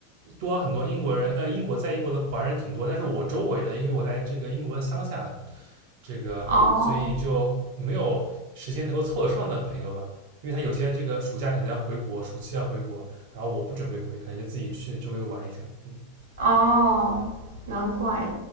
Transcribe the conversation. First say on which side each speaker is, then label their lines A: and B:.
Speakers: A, on the right; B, on the right.
A: 多很多英国人，呃，英国在英国的华人挺多，但是我周围的，因为我在这个英国的乡下，这个所以就没有时间能够凑得上的朋友吧。
B: 哦。
A: 因为他有些这个暑假可能要回国，暑期要回国，然后我不准备回，可能就自己去周围玩一下。嗯，
B: 哦，难怪。